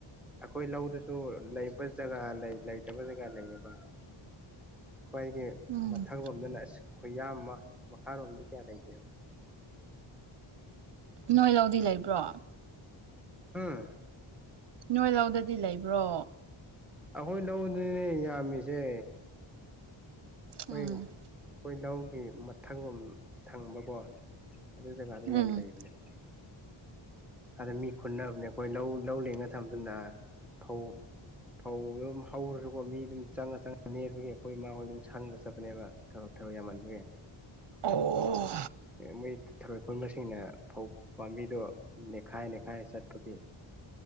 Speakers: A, in the centre; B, on the right (about 55°).
A: ꯑꯩꯈꯣꯏ ꯂꯧꯗꯨꯁꯨ ꯂꯩꯕ ꯖꯒꯥ ꯂꯩ ꯂꯩꯇꯕ ꯖꯒꯥ ꯂꯩꯌꯦꯕ ꯈ꯭ꯋꯥꯏꯒꯤ
B: ꯎꯝ
A: ꯃꯊꯪ ꯂꯣꯝꯗ ꯂꯥꯛꯑꯁꯤ ꯈꯨꯌꯥ ꯑꯃ ꯃꯈꯥꯔꯣꯝꯗꯤ ꯀꯌꯥ ꯂꯩꯇꯦꯕ
B: ꯅꯣꯏ ꯂꯧꯗꯤ ꯂꯩꯕ꯭ꯔꯣ
A: ꯍꯥꯥ
B: ꯅꯣꯏ ꯂꯧꯧꯗꯗꯤ ꯂꯩꯕ꯭ꯔꯣ
A: ꯑꯩꯈꯣꯏ ꯂꯧꯗꯨꯅꯦ ꯌꯥꯝꯃꯤꯁꯦ
B: ꯎꯝ
A: ꯑꯩꯈꯣꯏ ꯑꯩꯈꯣꯏ ꯂꯧꯒꯤ ꯃꯊꯪ ꯂꯣꯝ ꯊꯪꯕꯀꯣ ꯑꯗꯨ ꯖꯒꯥꯗꯣ
B: ꯎꯝ
A: ꯌꯥꯝ ꯂꯩꯕꯅꯦꯕ ꯑꯗ ꯃꯤ ꯈꯨꯟꯅꯅꯕꯅꯦ ꯑꯩꯈꯣꯏ ꯂꯧ ꯂꯧꯤꯡꯉ ꯊꯝꯖꯅ ꯐꯧ ꯐꯧ ꯑꯗꯨꯝ ꯍꯧꯔꯁꯨꯀꯣ ꯃꯤ ꯑꯗꯨꯝ ꯆꯪꯉ ꯆꯪꯉ ꯅꯦꯕꯒꯤ ꯑꯩꯈꯣꯏ ꯏꯃꯥ ꯍꯣꯏ ꯑꯗꯨꯝ ꯁꯪꯕ ꯆꯠꯄꯅꯦꯕ ꯊꯕꯛ ꯊꯕꯛ ꯌꯥꯝꯃꯟꯕꯒꯤ
B: ꯑꯣ
A: ꯃꯣꯏ ꯊꯔꯣꯏ ꯀꯣꯟꯟꯕꯁꯤꯡꯅ ꯐꯧ ꯄꯥꯝꯕꯤꯗꯣ ꯅꯦꯠꯈꯥꯏ ꯅꯦꯈꯥꯏ ꯆꯠꯄꯒꯤ